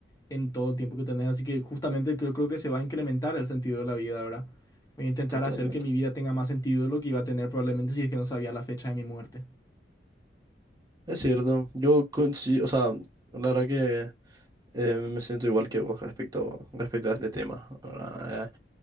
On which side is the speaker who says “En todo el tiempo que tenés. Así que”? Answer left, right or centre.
Left